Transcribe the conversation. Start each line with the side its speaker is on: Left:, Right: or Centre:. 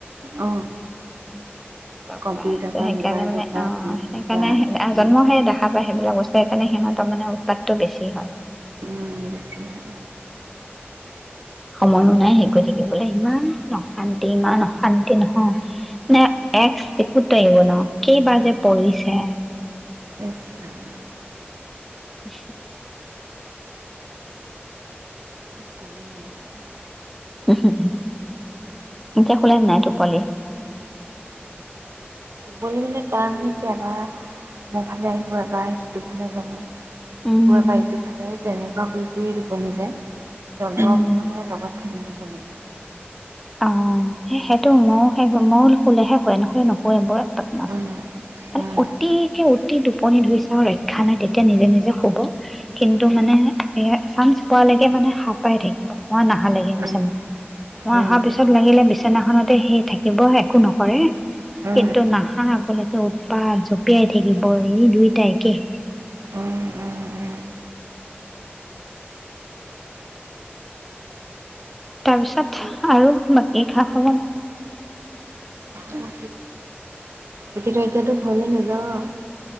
Right: অ
Centre: চব
Right: কম্পিউটাৰ
Centre: পাই আছে
Right: পৰা
Centre: সেইকাৰণে
Right: মোবাইলৰ
Centre: মানে
Right: পৰা
Centre: অ
Right: টিভিৰ
Centre: সেইকাৰণে
Right: পৰা উম
Centre: জন্ম সে দেখা পায় সেইবিলাক বস্তু সেইকাৰণে সিহঁতৰ মানে উপাতটো বেছি হয়
Right: উম বেছি ভাগ
Centre: সময়ো নাই সেইকৰি থাকিবলৈ ইমান অশান্তি ইমান অশান্তি নহয়, নে এক চিকুত এৰিব নোৱাও কেইবাৰ যে পৰিছে এ
Right: ইচ ৰাম
Centre: <inaudible>
Right: কি কবি মানে আৰু।
Centre: উম হু হু, এতিয়া শুলে নে নাই টোপালি
Right: কবলৈ মানে কাম নেকি এবাৰ মোৰ ফালে আহিব, এবাৰ সিটো ফালে যাব আকৌ
Centre: উম
Right: এবা ইটো ফালে তেনেকুৱা শুই শুইয়ে টুপনি যায় জন্মানে
Centre: উম
Right: লগতে <unintelligible> ম দিব লাগে
Centre: অ এ সেইটো ময়ো সেই মোৰ <unintelligible> ক'লেহে হয় নহলে নকয় বৰ পটমাছ,
Right: উম,
Centre: মানে
Right: উম,
Centre: অতি অতি টোপনি ধৰিছে আৰু ৰক্ষা নাই তেতিয়া নিজে নিজে শুব। কিন্তু
Right: উম, উম,
Centre: মানে এ চানঞ্চ পোৱালৈকে মানে হাঁ পাই থাকিব, মই নহালেকে
Right: উম,
Centre: বিচনাত। মই
Right: উম,
Centre: অহা পিছত লাগিলে বিচনাখনতে সেই থাকিব একো নকৰে,
Right: উম,
Centre: কিন্তু নাহা আগলৈকে উৎপাত জপিয়াই থাকিব এই দুইটাই একেই
Right: উম, উম, উম।
Centre: তাৰপিছত
Right: কি
Centre: আৰু বাকী খা খবৰ?
Right: বাকী অ এতিয়াতো এতিয়াতো ঘলে নাযাওঁ আও